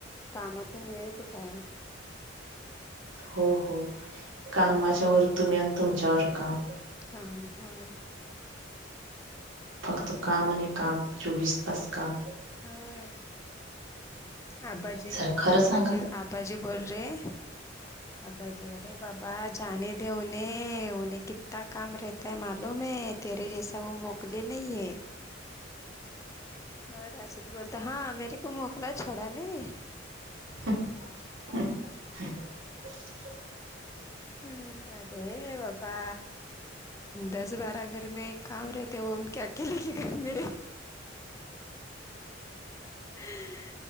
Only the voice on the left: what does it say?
कामातून वेळ कुठे आहे.
काम होय
होय आबाजी
आबाजी
आबाजी बोल रहे अबाजी अरे बाबा जाने दे उन्हे, उन्हे कित्ता काम रह तय मालूम हे तेरे जैसा वो मोकले नहीं है. हो राशिद बोलता हा मेरेको मोकला छोडा नही.
हम अरे बाबा दस बारा घर मे काम रहते वह उनके अकेले के घर मे <unintelligible>